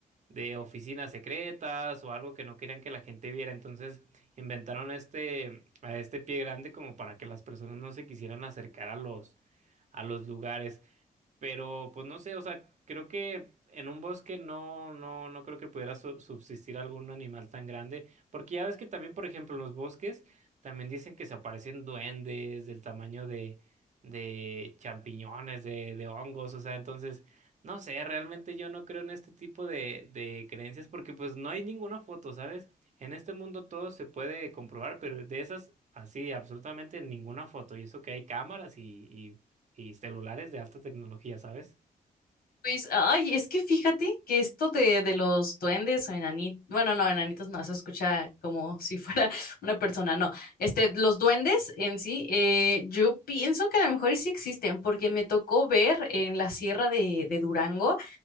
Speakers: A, on the right; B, on the left.
A: de oficinas secretas o algo que no querían que la gente viera, entonces inventaron este, a este pie grande como para que las personas no se quisieran acercar a los, a los lugares. Pero pues no sé, o sea, creo que en un bosque no, no, no creo que pudiera su- subsistir algún animal tan grande. Porque ya ves que también, por ejemplo, en los bosques también dicen que se aparecen duendes del tamaño de, de champiñones, de, de hongos. O sea, entonces, no sé, realmente yo no creo en este tipo de, de creencias porque pues no hay ninguna foto, ¿sabes? En este mundo todo se puede comprobar, pero de esas, así, absolutamente ninguna foto. Y eso que hay cámaras y y celulares de alta tecnología, ¿sabes?
B: Pues, ay, es que fíjate que esto de, de los duendes o enanitos, bueno, no, enanitos no, eso escucha como si fuera <laughs> una persona, no. Este, los duendes en sí, eh, yo pienso que a lo mejor y sí existen, porque me tocó ver en la sierra de, de Durango,